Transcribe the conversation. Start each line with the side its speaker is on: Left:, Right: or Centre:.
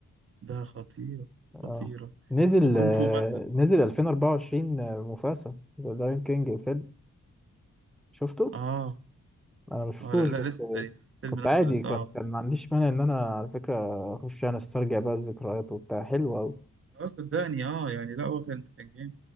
Right: ده خطيرة
Centre: اه
Right: خطيرة
Centre: نزل
Right: وكونغ
Centre: آه،
Right: فو باندا
Centre: نزل 2024 آه، مفاسا ذا لاين كينج الفيلم شفته؟
Right: اه
Centre: انا مشفتوش
Right: اه لا لا
Centre: بس
Right: لسه
Centre: آه،
Right: تقريبا الفيلم
Centre: كنت
Right: نفسه
Centre: عادي
Right: لسه
Centre: كان
Right: اه
Centre: كان ما عنديش مانع ان انا على فكرة اخش انا استرجع بقى الذكريات وبتاع حلو اوي
Right: آه، صدقني اه يعني لا هو كان كان جامد